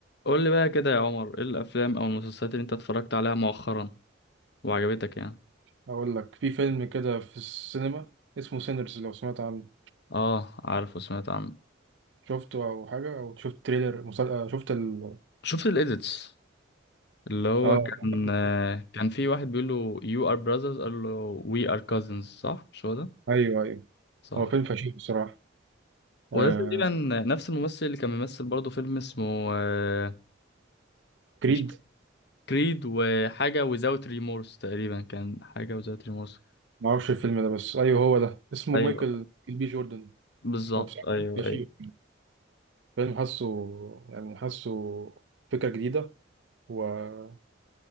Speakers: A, on the left; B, on the right.
A: قول لي بقى كده يا عمر ايه الافلام او المسلسلات اللي انت اتفرجت عليها مؤخرا وعجبتك يعني
B: أقول لك في فيلم كده في السينما اسمه سينرز لو سمعت عنه
A: اه عارف وسمعت عنه
B: شفته أو حاجة أو شفت تريلر مسل... آه، شفت ال
A: شفت الايديتس اللي هو
B: آه
A: كان آه، كان في واحد بيقول له you are brothers قال له we are cousins صح مش هو ده
B: أيوه أيوه
A: صح
B: هو فيلم فشيخ بصراحة
A: وده
B: آه...
A: تقريبا نفس الممثل اللي كان بيمثل برضه فيلم اسمه آه،
B: كريد
A: مش كريد وحاجة without remorse تقريبا كان حاجة without remorse
B: معرفش الفيلم ده بس أيوه هو ده اسمه
A: ايوه
B: مايكل بي جوردن
A: بالظبط
B: هو بصراحة
A: ايوه
B: فيلم
A: ايوه
B: فشيخ فيلم حاسه يعني حاسه فكرة جديدة وتصوير